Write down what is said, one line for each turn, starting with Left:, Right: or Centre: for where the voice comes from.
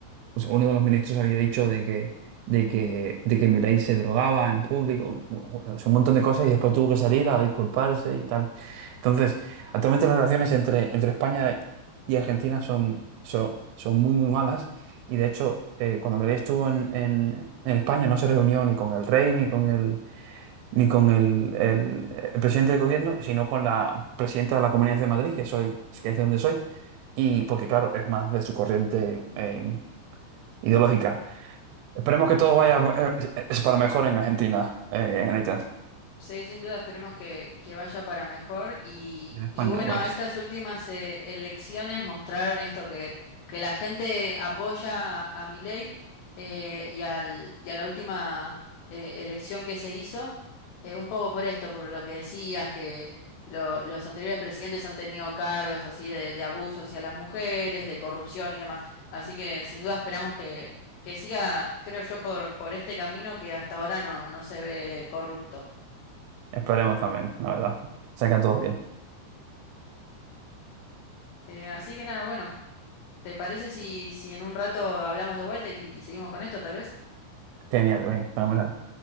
Right: o sea, uno de los ministros había dicho de que de que, de que Milei se drogaba en público, bueno, es un montón de cosas y después tuvo que salir a disculparse y tal. Entonces, actualmente las relaciones entre, entre España y Argentina son, son, son muy, muy malas y de hecho, eh, cuando Milei estuvo en, en, en España no se reunió ni con el rey, ni con el, ni con el, el- el presidente del gobierno, sino con la presidenta de la Comunidad de Madrid, que, soy, que es de donde soy, y porque claro, es más de su corriente eh, ideológica. Esperemos que todo vaya eh, es para mejor en Argentina, eh, en Haití.
Left: Sí, sin duda esperemos que, que vaya para mejor. Y,
Right: En España
Left: y bueno,
Right: igual.
Left: estas últimas eh, elecciones mostraron esto, que, que la gente apoya a, a Milei eh, y, al, y a la última eh, elección que se hizo, eh, un poco por esto, por lo que decías, que lo- los anteriores presidentes han tenido cargos así de, de abuso hacia las mujeres, de corrupción y demás. Así que sin duda esperamos que, que siga, creo yo, por, por este camino que hasta ahora no, no se ve corrupto.
Right: Esperemos también, la verdad. Sacan todo bien.
Left: Eh, así que nada, bueno, ¿te parece si, si en un rato hablamos de vuelta y seguimos con esto, tal vez?
Right: Genial, bien, fenomenal.